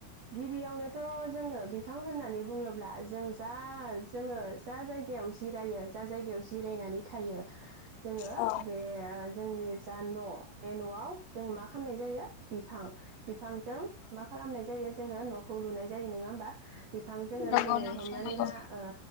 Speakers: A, on the right (about 60°); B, on the left (about 85°).
A: गिबियावनोथ' जोंनो बि बिफां होननानै बुंङोब्ला जों जास <inaudible> जोंङो जा जायग याव जिरायो जा जायगायाव जिरायनानै थायो जोंङो
B: औ
A: बे ओ जोंनि जा न' बे न'आव जों मा खालामनाय जायो बिफां -बिफांजों मा खालामनाय जायो जोंङो न -खौ लुनाय जायो नोंङा होमबा? बिफां जोंङो
B: नंगौ
A: जेरै
B: नोंथां
A: हमनानै
B: नंगौ
A: ला ओ